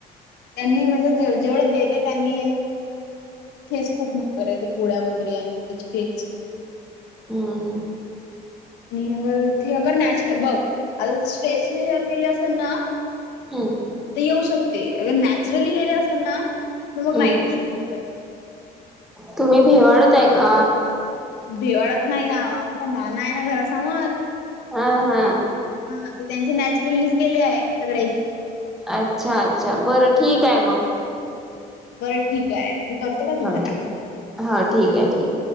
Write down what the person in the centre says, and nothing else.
हम् हम्
हम
हम्म
तुम्ही भेवाडताय का?
हा हा
अच्छा अच्छा बरं ठीक आहे मग
हो ठीक हो ठीक आहे ठीक